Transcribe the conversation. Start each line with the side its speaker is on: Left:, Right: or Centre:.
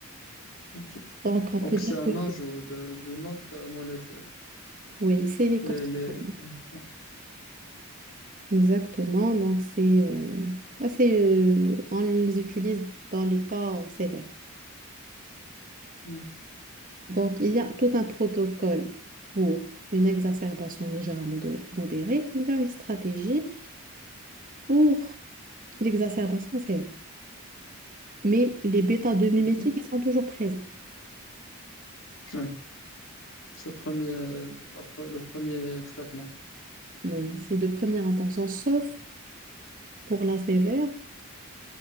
Left: Ok.
Right: Donc, on
Left: Donc
Right: peut dire
Left: c'est un
Right: que
Left: ajout de- d'une autre euh, molécule.
Right: oui, c'est les
Left: Les,
Right: corticoïdes.
Left: les... ouais, ouais.
Right: Exactement. Donc, c'est, euh, bah, c'est, euh, on les utilise dans les cas sévères.
Left: Ok,
Right: Donc, il y a tout un protocole pour une exacerbation légère à modérée. Il y a une stratégie pour l'exacerbation sévère. mais les bêta 2 mimétiques,
Left: ok.
Right: ils sont toujours présents.
Left: Oui, c'est le premier, le, la pre- le premier traitement.
Right: Oui, c'est de première intention, sauf pour la sévère.